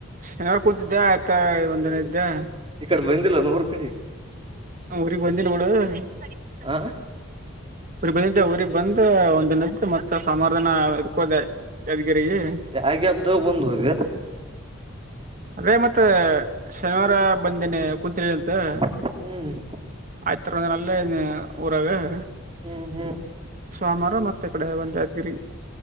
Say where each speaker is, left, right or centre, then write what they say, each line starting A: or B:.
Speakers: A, on the right (about 45°); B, on the right (about 25°).
A: ಶನವು ಕುಂತಿದ್ದ ಆತ ಒಂದಿನ ಇದೇ? <inaudible>
B: ಈಕಡೆ ಬಂದಿಲ್ಲನು ಊರ್ ಕಡೆ? <inaudible>
A: ನಾ ಊರಿಗ್ ಬಂದಿನಿ ಬಿಡು. <unintelligible>
B: ಹಾ. <inaudible>
A: ಬಂದಿದ್ದೆ ಊರಿಗಿ ಬಂದು ಒಂದಿನ ಇದ್ದು ಮತ್ತೆ ಸೋಮಾರ ದಿನ ಇದ್ಕೋದೆ. <unintelligible> ಯಾದಗಿರಿಗಿ. <inaudible>
B: ಯಾವ ಗ್ಯಾಪ್ದಾಗ ಬಂದು ಹೋದಿ. <inaudible>
A: ಅದೇ ಮತ್ತೆ ಶನಿವಾರ ಬಂದೇನಿ ಕುಂತಿಳಿಂತ. <inaudible>
B: ಹ್ಮ್. <inaudible>
A: ಆಯ್ತರಿನಲೇ ಒಂದಿನಲ್ಲೇ ಊರಾಗೆ. <inaudible>
B: ಹ್ಮ್ ಹ್ಮ್. <inaudible>
A: ಸೋಮವಾರ ಮತ್ತೆ ಈಕಡೆ ಬಂದೆ ಯಾದಗಿರಿಗಿ. <inaudible>